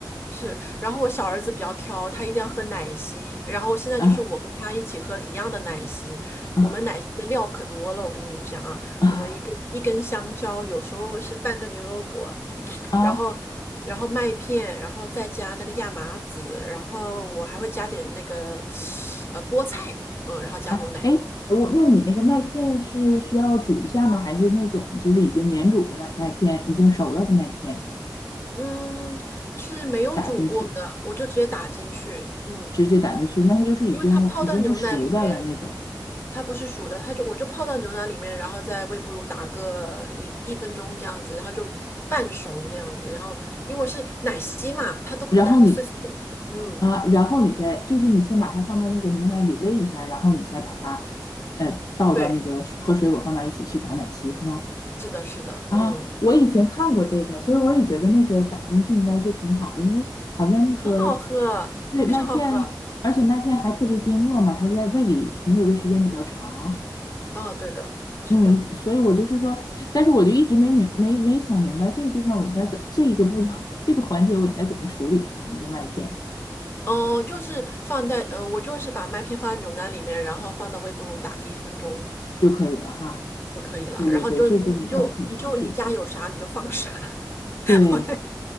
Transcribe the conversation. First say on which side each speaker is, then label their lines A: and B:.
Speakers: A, on the left; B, on the left.
A: 是，然后我小儿子比较挑，他一定要喝奶昔，然后现在就是我跟他一起喝一样的奶昔。
B: 啊啊
A: 我们奶昔的料可多了，我跟你讲啊，
B: 啊
A: 我们一根一根香蕉，有时候是半个牛油果，
B: 啊
A: 然后然后麦片，然后再加那个亚麻籽，然后我还会加点那个呃菠菜，嗯，然后加牛奶，
B: 啊！哎，我那你那个麦片是需要煮一下吗？还是那种就是已经免煮的麦麦片，已经熟了的麦片
A: 嗯，是没有煮过的，
B: 打进去，
A: 我就直接打进去，嗯，
B: 直接打进去？那它就是已经已经是熟的了那种。
A: 因为它泡到牛奶里面，它不是熟的，它就我就泡到牛奶里面，然后在微波炉打个一分钟这样子，然后就半熟那样子，然后因为我是奶昔嘛，它都会打的碎碎的，
B: 然后你
A: 嗯，
B: 啊，然后你再就是你先把它放到那个牛奶里喂一下，然后你再把它呃倒到那个水和水果放到一起去打奶昔，
A: 对，
B: 是吗？
A: 是的，是的，
B: 啊，
A: 嗯。
B: 我以前看过这个，所以我也觉得那个打进去应该是挺好的，因为好像那个
A: 很好喝，
B: 对麦片，
A: 非常好喝。
B: 而且麦片还特别经饿嘛，它在胃里停留的时间比较长。
A: 哦，对的，是的。
B: 嗯，所以我就是说，但是我就一直没明没没想明白这个地方我应该怎这一个步骤这个环节我应该怎么处理它那个麦片
A: 哦，就是放在呃，我就是把麦片放在牛奶里面，然后放到微波炉打个一分钟
B: 就可以了哈。
A: 就可以了。
B: 对对对，
A: 然后你就你就你就你家有啥你就放啥，
B: 这这明天我可以尝试一下。
A: <laughs>
B: 对，
A: 我那个。